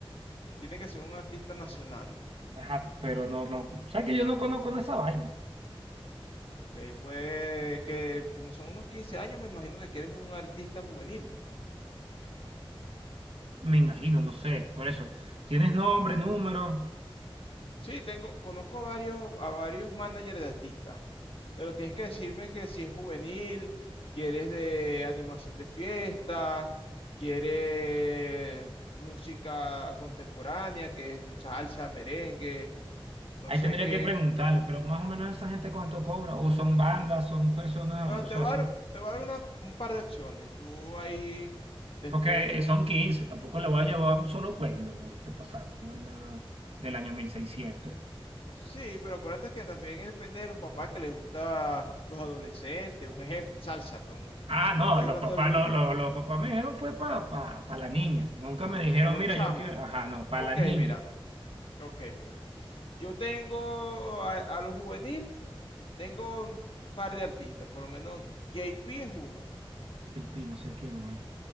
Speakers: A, on the left (about 70°); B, on the right (about 80°).
A: tiene que ser un artista nacional.
B: Ajá, pero no, no. ¿Sabes que yo no conozco esa vaina?
A: Ok, pues que como son unos 15 años, me imagino que quieres un artista juvenil.
B: Me imagino, no sé. Por eso, ¿tienes nombre, número?
A: Sí, tengo, conozco a varios, a varios managers de artistas, pero tienes que decirme que si es juvenil, quieres de animación de fiesta, quieres música contemporánea, que es salsa, merengue, no
B: Ahí
A: sé
B: tendría
A: qué.
B: que preguntarle, pero más o menos esa gente cuánto cobra, o son bandas, son personas,
A: Bueno,
B: o
A: te
B: sea,
A: voy
B: son,
A: a dar, te voy a dar una- un par de opciones. Tú ahí después,
B: porque
A: mm,
B: eh, son 15. tampoco le voy a llevar a un solo pueblo, no te pasaste, no hay nada del año 1600.
A: pues sí, pero acuérdate que también depende de los papás que les gusta los adolescentes, un ejemplo, salsa, pues, un-
B: Ah, no,
A: no estoy
B: los
A: hablando
B: papás,
A: del grupo.
B: lo- lo- los, papás me dijeron fue para pa, pa pa la niña, nunca me dijeron,
A: Para los
B: mira,
A: chamos.
B: yo quiero, ajá, no, para
A: Ok,
B: la niña.
A: mira. Ok, mira. Yo tengo a, a los juvenil, tengo un par de artistas, por lo menos JP es uno.
B: JP, no sé quién es.